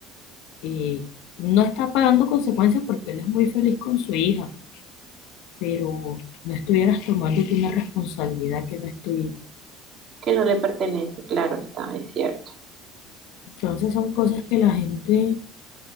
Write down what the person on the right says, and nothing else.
que no le pertenece, claro está, es cierto,